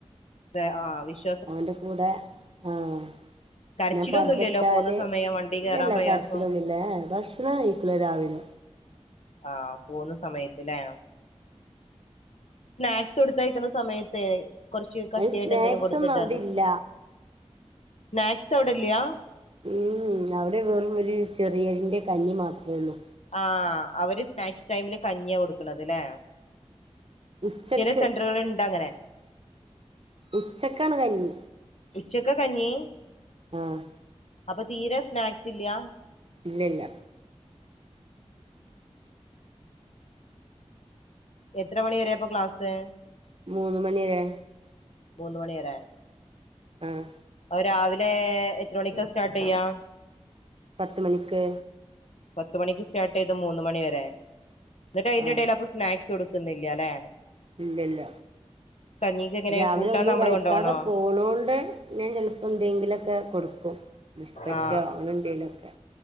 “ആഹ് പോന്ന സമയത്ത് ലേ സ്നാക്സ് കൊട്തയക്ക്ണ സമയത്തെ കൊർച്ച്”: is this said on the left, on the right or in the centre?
Left